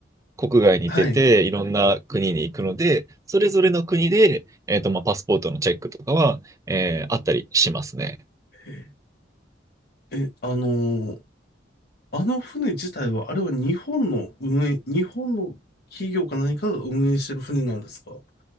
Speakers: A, on the right; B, on the left.
A: 国外に出て、
B: はい。
A: いろんな国に行くので、それぞれの国で、えっと、まあ、パスポートのチェックとかは、えーあったりしますね。
B: え、えあのーあの船自体は、あれは日本の運営、日本の企業か何かが運営してる船なんですか